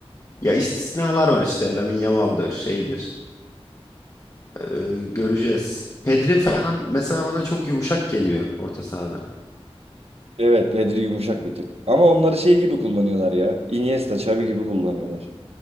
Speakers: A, on the left; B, on the right.
A: ya istisnalar var işte. Lamine Yamal'dır, şeydir. Ee, göreceğiz. Pedri falan mesela bana çok yumuşak geliyor orta sahada.
B: Evet Pedri yumuşak bir tık. Ama onları şey gibi kullanıyorlar ya. Iniesta, Xavi gibi kullanıyorlar.